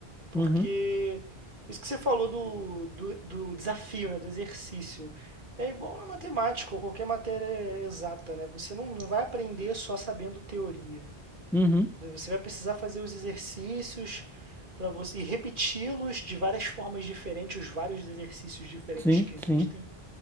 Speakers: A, on the right; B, in the centre.
A: porque
B: Uhum,
A: isso que você falou do do do desafio, né, do exercício, é igual na matemática ou qualquer matéria exata, né, você não não vai aprender só sabendo teoria.
B: uhum.
A: E Você vai precisar fazer os exercícios para você e repeti-los de várias formas diferentes, os vários exercícios diferentes
B: Sim,
A: que existem,
B: sim.